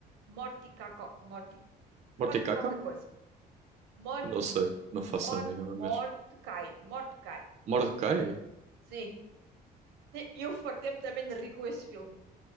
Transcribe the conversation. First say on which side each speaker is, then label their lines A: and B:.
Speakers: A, on the right; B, on the right.
A: Morty, Caco- Morty,
B: Morticaca?
A: Morty qualquer coisa. Morty,
B: Não sei, não faço
A: Mort,
B: a mínima
A: Mordecai,
B: mesmo.
A: Mordecai.
B: Mordecai?
A: Sim, Te- eu fartei-me também de rir com esse filme.